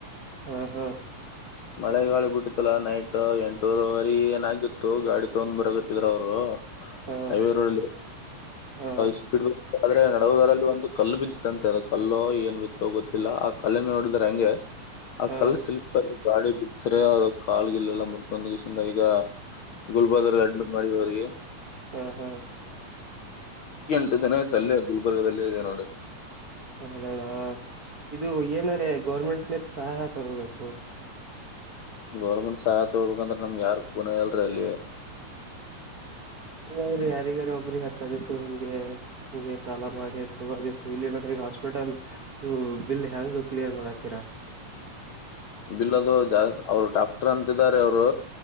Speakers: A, on the right; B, on the left.
A: ಹಾಂ ಹಾಂ
B: <inaudible> ಮಳೆ ಗಾಳಿ ಬಿಟ್ಟಿತ್ತಲಾ ನೈಟ್ ಎಂಟೂವರಿ ಏನಾಗಿತ್ತು ಗಾಡಿ ತಗೊಂಡ್ ಬರಕತ್ತಿದ್ರ ಅವ್ರು
A: ಹಾ
B: ಹೈವೇ ರೋಡ್ ಅಲ್ಲಿ
A: ಹಾ
B: ಸ್ಪೀಡ್ ಬ ಆದ್ರೆ ನಡುವದರಲ್ಲಿ ಒಂದು ಕಲ್ಲು ಬಿದ್ದಿತ್ತಂತೆ ಅದ ಕಲ್ಲು ಏನ್ ಬಿತ್ತೋ ಗೊತ್ತಿಲ್ಲ ಆ ಕಲ್ಲಿ ಮೇಲೆ ನೋಡಿದ್ರ ಹಂಗೆ ಆ
A: ಹಾ
B: ಕಲ್ಲ ಸ್ಲೀಪ್ಗಿ ಗಾಡಿ ಬಿದ್ದರೆ ಅ ಕಾಲು ಗಿಲ್ಲೆಲ್ಲಾ ಮೂರ್ಖದ ಗಷಿಂದ ಈಗ ಗುಲ್ಬಾದರ್ಗೆ ಅಡ್ಮಿಟ್ ಮಾಡಿದ ಅವರಿಗೆ
A: ಹಾ ಹಾ
B: ಎಂಟು ದಿನ ಆಯತ ಅಲ್ಲೇ ಗುಲ್ಬರ್ಗದಲ್ಲೇ ಅದೇವಿ ನೋಡಿ
A: ಹೌದಣ ಇದು ಏನಾರ ಗೌರ್ಮೆಂಟ್ನ ಲಿಂತ್ ಸಹಾಯ ತಗೋಬೇಕು.
B: ಗೌರ್ಮೆಂಟ್ ಸಹಾಯ ತಗ್ಬೇಕುಂದ್ರೆ ನಮ್ಗೆ ಯಾರು ಗುನ ಇಲ್ರರಿ ಅಲ್ಲಿ.
A: ಇಂಗ್ರೀ ಯಾರಿಗಾರ ಒಬ್ರಗ್ ಹಚ್ಚದಿತ್ತು ಹಿಂಗೆ ಹಂಗೆ ಸಾಲ ಮಾಡಿತ್ತುಗೋದಿತ್ತು ಇಲ್ಲಿಲ್ಲಾಂದ್ರ ಈಗ ಹಾಸ್ಪಿಟಲ್ ಇದು ಬಿಲ್ ಹೆಂಗ ಕ್ಲಿಯರ್ ಮಾಡತ್ತಿರಾ.
B: ಬಿಲ್ಲದು ಜಾ ಅವ್ರು ಡಾಕ್ಟರ್ ಅಂತಿದ್ದಾರೆ ಅವರು